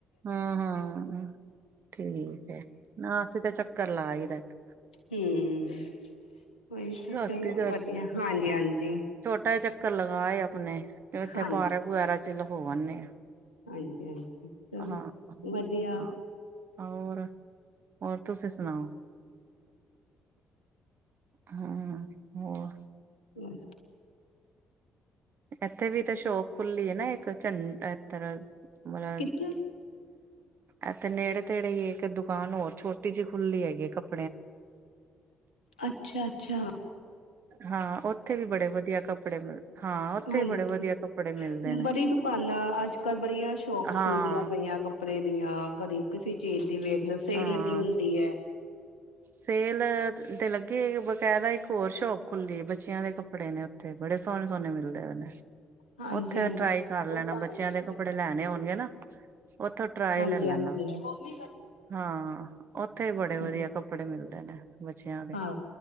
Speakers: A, on the right (about 50°); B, on the left (about 85°).
A: ਹਾਂ ਹਾਂ ਹੂੰ ਠੀਕ ਹੈ ਨਾ ਅਸੀਂ ਤੇ ਚੱਕ ਰ ਲਾ ਆਈ ਦਾ ਇੱਕ।
B: ਹੂੰ ਉਹੀ ਤੇ
A: ਰਾਤੀ
B: ਚਲੋ ਵਧੀਆ ਹਾਂਜੀ ਹਾਂਜੀ।
A: ਟਾ ਚੱਕਰ ਲਗਾਏ ਆਪਣੇ ਤੇ ਉੱਥੇ
B: ਹਾਂਜੀ
A: ਪਾਰ ਪੁਆਰਾ ਚੱਲੋ। ਹੋ ਆਨੇ ਆ
B: ਹਾਂਜੀ ਹਾਂਜੀ ਚਲੋ
A: ਹਾਂ
B: ਵਧੀਆ।
A: ਹਾਂ ਹੋਰ ਹੋਰ ਤੁਸੀਂ ਸੁਣਾਓ? ਹਾਂ ਹੋਰ?
B: ਬਸ
A: ਇੱਥੇ ਵੀ ਤਾਂ ਸ਼ੋਪ ਖੁੱਲੀ ਹੈ ਨਾ ਇੱਕ। ਚੰ ਇਧਰ ਮੈਨੂੰ ਲੱਗਦਾ
B: ਕਿੱਥੇ
A: ਇਥੇ ਨੇੜੇ ਤੇੜੇ ਹੀ ਇੱਕ ਦੁਕਾਨ ਹੋਰ ਛੋਟੀ ਜਿਹੀ ਖੁੱਲੀ ਹੈਗੀ ਏ ਕੱਪ
B: ਅੱਛਾ ਅੱਛਾ!
A: ਹਾਂ ਉੱਥੇ ਵੀ ਬੜੇ ਵਧੀਆ ਕੱਪੜੇ ਮਿਲ ਹਾਂ ਉੱਥੇ
B: ਹਾਂਜੀ
A: ਵੀ ਬੜੇ ਵਧੀਆ ਕੱਪੜੇ ਮਿਲਦੇ ਨੇ
B: ਬੜੀ ਦੁਕਾਨਾਂ ਅੱਜ ਕੱਲ੍ਹ ਬੜੀਆਂ ਸ਼ੋਪ
A: ਹਾਂ
B: ਖੁੱਲਦੀਆਂ ਪਈਆਂ ਕੱਪੜੇ ਦੀਆਂ ਕਦੇ ਕਿਸੇ ਚੀਜ਼। ਦੀ ਵੇਖ ਲਓ ਸੇਲ
A: ਹਾਂ
B: ਲੱਗੀ ਹੁੰਦੀ ਏ।
A: ਸੇਲ ਤੇ ਲੱਗੀ ਹੋਏਗੀ ਬਕਾਇਦਾ ਇੱਕ ਹੋਰ ਸ਼ੋਪ ਖੁੱਲ ਦੀਆ ਬੱਚਿਆਂ ਦੇ ਕੱਪੜੇ ਨੇ ਉੱਥੇ ਬੜੇ ਸੋਹਣੇ ਸੋਹਣੇ ਮਿਲ ਦੇ <inaudible>
B: ਹਾਂਜੀ-ਹਾਂਜੀ
A: ਉੱਥੇ ਟਰਾਈ ਕਰ ਲੈਣਾ
B: ਉਹ ਭਾਵੇਂ
A: ਬੱਚਿਆਂ ਦੇ ਕੱਪੜੇ ਲੈਣੇ
B: ਹਾਂਜੀ
A: ਹੋਣਗੇ ਨਾ ਉੱਥੋਂ ਟਰਾਈ
B: ਹਾਂਜੀ
A: ਲੈ ਲੈਣਾ
B: ਹਾਂਜੀ
A: ਹਾਂ ਉੱਥੇ ਬੜੇ
B: ਚਲੋ
A: ਵਧੀਆ ਕੱਪ ਮਿਲਦੇ ਨੇ ਬੱਚਿਆਂ ਵਾਲੇ
B: ਹਾਂ